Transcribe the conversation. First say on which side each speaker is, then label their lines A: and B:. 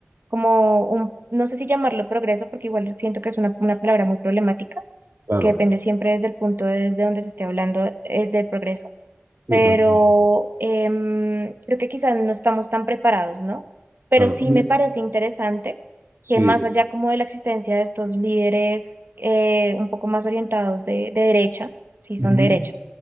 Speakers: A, on the right; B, on the right.
A: como un, no sé si llamarlo progreso, porque igual siento que es una, una palabra muy problemática,
B: claro.
A: que depende siempre desde el punto de- desde donde se esté hablando eh, del progreso,
B: Sí,
A: pero
B: te entiendo.
A: em, creo que quizás no estamos tan preparados, ¿no? Pero
B: Claro.
A: sí
B: Mira,
A: me parece interesante
B: sí.
A: que más allá como de la existencia de estos líderes eh, un poco más orientados de, de derecha, si son
B: ujú,
A: de derecha,